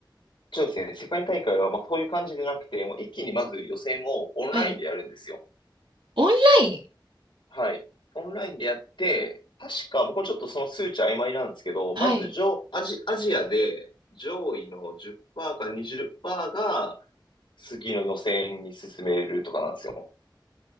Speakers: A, on the left; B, on the right.
A: そうですね。世界大会は、まあ、そういう感じじゃなくて、もう一気にまず予選をオンラインでやるんですよ。
B: はい。オンライン
A: はい。オンラインでやって、確か、僕もちょっとその数値曖昧なんですけど、
B: はい。
A: まず上、アジ、アジアで上位の10%か20%が次の予選に進めるとかなんですよ。